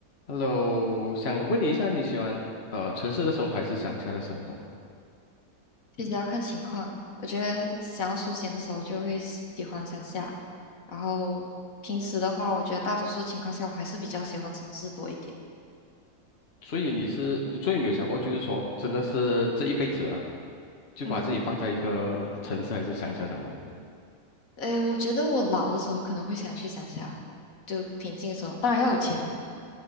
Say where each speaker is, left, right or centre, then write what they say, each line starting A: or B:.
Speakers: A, on the left; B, on the left.
A: Hello，想问你一下，你喜欢呃城市的生活还是乡下的生活？
B: 其实要看情况，我觉得想要休闲的时候就会喜欢乡下，然后平时的话，我觉得大多数情况下我还是比较喜欢城市多一点。
A: 所以你是，所以你有想过，就是说，真的是这一辈子啊，就把自己放在一个城市还是乡下上面？
B: 嗯，诶，我觉得我老的时候可能会想去乡下，就平静的时候，当然要有钱。